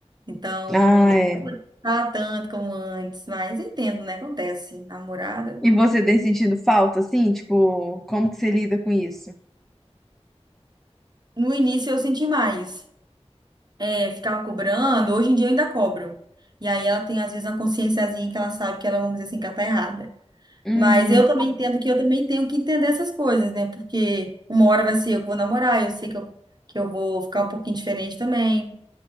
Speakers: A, on the right; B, in the centre.
A: Então,
B: Ah, é.
A: tá tanto como antes, mas entendo, né? Acontece. Namorada.
B: E você tem sentido falta, assim? Tipo, como que você lida com isso?
A: No início eu senti mais. é, ficava cobrando, hoje em dia eu ainda cobro. E aí ela tem, às vezes, uma consciênciazinha que ela sabe que ela, vamos dizer assim, que ela tá errada.
B: Hum,
A: Mas eu também entendo que eu também tenho que entender essas coisas, né? Porque uma hora vai ser eu que vou namorar, eu sei que eu, que eu vou ficar um pouquinho diferente também.